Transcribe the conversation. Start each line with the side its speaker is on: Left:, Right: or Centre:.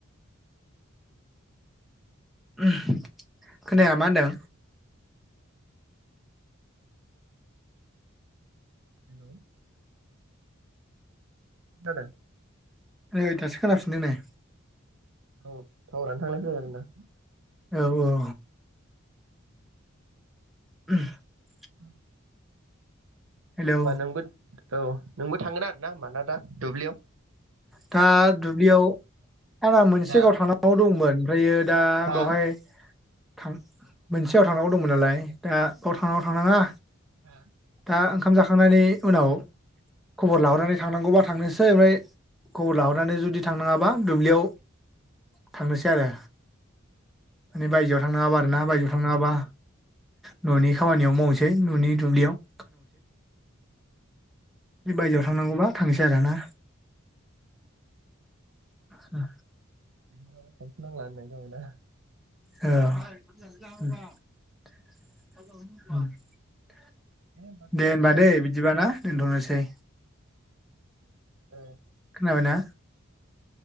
Centre: ओम खोनाया मा होनदों
Right: हेलौ खोनादों
Centre: नै दासो खोनाफिनदों नै
Right: औ थावारानो थांलाय फैलाय जादों ना
Centre: औ औ। <unintelligible>
Right: <inaudible>
Centre: हेलौ
Right: बा नोंबो औ नोंबो थांगोन आरो ना होमबाना दा दुब्लियाव।
Centre: दा दुब्लियाव आंना मोनसे
Right: दा
Centre: गाव थांनांगौ दंमोन। ओमफ्रायो दा
Right: हा
Centre: बेवहाय थां मोनसेयाव थांनांगौ दंमोन नालाय दा बेयाव थांनांगौ थांनाङा
Right: आ
Centre: आ ओं खाम जाखांनानै उनाव खबर लाहरनानै थांनांगौबा थांनोसै ओमफ्राय खबर लाहरनानै जुदि थांनाङाबा दुब्लियाव थांनोसै आरो। माने बायजोआव थांनाङाबा आरो ना बायजो थाङाबा ननि खामानियाव मावनोसै ननि दुब्लियाव। <unintelligible> बायजोआव थांनांगौबा थांनोसै आरोना। आदसा।
Right: लेंहराबा थांथनांला होननाय जाबाय ना।
Centre: औ। <inaudible> <unintelligible>
Right: होमबा दोनथ'नोसै
Centre: दे होनबा
Right: ना
Centre: दे बिदिबा ना। दोनथनोसै।
Right: औ
Centre: खोनाबायना?